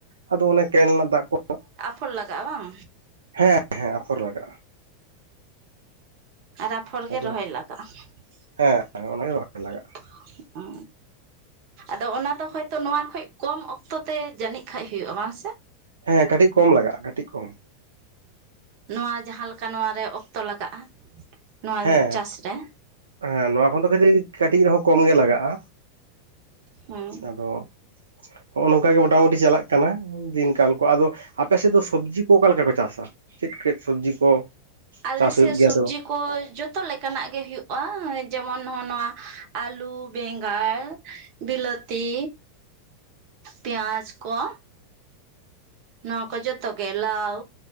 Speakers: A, on the right (about 70°); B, on the right (about 45°).
A: ᱟᱫᱚ ᱚᱱᱮ ᱠᱮᱱᱮᱞ ᱨᱮᱱᱟᱜ ᱫᱟᱜ ᱠᱚ
B: ᱯᱷᱳᱞ ᱞᱟᱜᱟᱜᱼᱟ ᱵᱟᱝ
A: ᱦᱮᱸ ᱦᱮᱸ ᱟᱯᱷᱚᱨ ᱞᱟᱜᱟᱜᱼᱟ
B: ᱦᱮᱸ ᱟᱨ ᱟᱯᱷᱚᱨ
A: ᱟᱫᱚ
B: ᱜᱮ ᱨᱚᱦᱚᱭ ᱞᱟᱜᱟᱜᱼᱟ᱾
A: ᱦᱮᱸ ᱚᱱᱟᱜᱮ ᱨᱚᱦᱚᱭ ᱞᱟᱜᱟᱜᱼᱟ
B: ᱟᱫᱚ ᱚᱱᱟ ᱫᱚ ᱦᱚᱭ ᱱᱚᱶᱟ ᱠᱷᱚᱡ ᱠᱚᱢ ᱚᱠᱛᱚ ᱛᱮ, ᱡᱟᱹᱱᱤᱡ ᱠᱷᱟᱡ ᱦᱩᱭᱩᱜᱼᱟ ᱵᱟᱝ ᱥᱮ?
A: ᱦᱮᱸ ᱠᱟᱹᱴᱤᱡ ᱠᱚᱢ ᱞᱟᱜᱟᱜᱼᱟ, ᱠᱟᱴᱤᱡ ᱠᱚᱢ᱾
B: ᱱᱚᱶᱟ ᱡᱟᱦᱟᱸ ᱞᱮᱠᱟ ᱱᱚᱶᱟ ᱨᱮ ᱚᱠᱛᱚ ᱞᱟᱜᱟᱜᱼᱟ᱾ ᱱᱚᱣᱟ
A: ᱦᱮᱸ
B: ᱪᱟᱥ ᱨᱮ
A: ᱦᱮᱸ ᱱᱚᱶᱟ ᱠᱷᱚᱱ ᱫᱚ ᱠᱟᱹᱴᱤᱡ ᱨᱮᱦᱚᱸ ᱠᱚᱢ ᱜᱮ ᱞᱟᱜᱟᱜᱼᱟ,
B: ᱦᱮᱸ
A: ᱟᱫᱚ ᱱᱚᱸᱜᱼᱚᱭ ᱱᱚᱝᱠᱟ ᱜᱮ ᱢᱚᱴᱟᱢᱩᱴᱤ ᱪᱟᱞᱟᱜ ᱠᱟᱱᱟ᱾ ᱫᱤᱱ ᱠᱟᱞ ᱠᱚ, ᱟᱫᱚ ᱟᱯᱮ ᱥᱮᱫ ᱫᱚ ᱥᱚᱵᱽᱡᱤ ᱠᱚ ᱚᱠᱟ ᱞᱮᱠᱟ ᱠᱚ ᱪᱟᱥᱟ, ᱪᱮᱫ ᱪᱮᱫ ᱥᱚᱵᱽᱡᱤ ᱠᱚ?
B: ᱟᱞᱮᱥᱮᱫ
A: ᱪᱟᱥ ᱦᱩᱭᱩᱜ ᱜᱮᱭᱟ
B: ᱥᱚᱵᱡᱤ
A: ᱥᱮ ᱵᱟᱝ
B: ᱠᱚ ᱠᱚ ᱡᱚᱛᱚ ᱞᱮᱠᱟᱱᱟᱜ ᱜᱮ ᱦᱩᱭᱩᱜᱼᱟ ᱡᱮᱢᱚᱱ ᱱᱚᱣᱟ ᱟᱹᱞᱩ ᱵᱮᱸᱜᱟᱲ ᱵᱤᱞᱚᱛᱤ ᱯᱮᱸᱭᱟᱡ ᱠᱚ ᱱᱚᱣᱟ ᱠᱚ ᱡᱚᱛ ᱜᱮ ᱞᱟᱣ